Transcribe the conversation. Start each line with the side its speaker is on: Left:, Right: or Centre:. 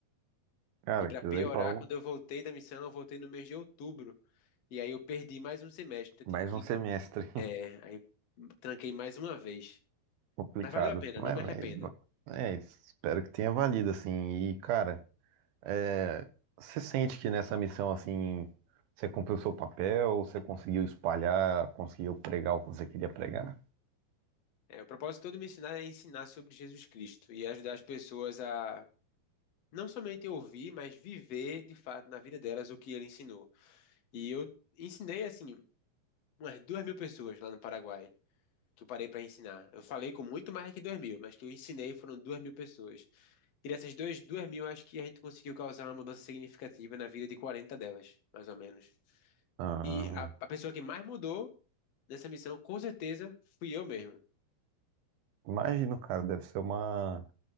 Right: Cara,
Left: E para
Right: que
Left: piorar,
Right: legal.
Left: quando eu voltei da missão, eu voltei no mês de outubro. E aí eu perdi mais um semestre. Então eu
Right: Mais
Left: tive que.
Right: um semestre
Left: É, aí tranquei mais uma vez.
Right: <laughs> complicado.
Left: Mas valeu a pena,
Right: Mas,
Left: não me arrependa.
Right: mas é, isso. espero que tenha valido, assim. E, cara, é, você sente que nessa missão, assim, você cumpriu seu papel, você conseguiu espalhar, conseguiu pregar o que você queria pregar?
Left: É, o propósito todo de me ensinar é ensinar sobre Jesus Cristo e ajudar as pessoas a não somente ouvir, mas viver de fato na vida delas o que ele ensinou. E eu ensinei, assim, umas duas mil pessoas lá no Paraguai que eu parei para ensinar. Eu falei com muito mais que duas mil, mas que eu ensinei foram duas mil pessoas. E dessas dois, duas mil, acho que a gente conseguiu causar uma mudança significativa na vida de 40 delas, mais ou menos.
Right: Ah,
Left: E a, a pessoa que mais mudou nessa missão, com certeza, fui eu mesmo.
Right: imagino, cara, deve ser uma,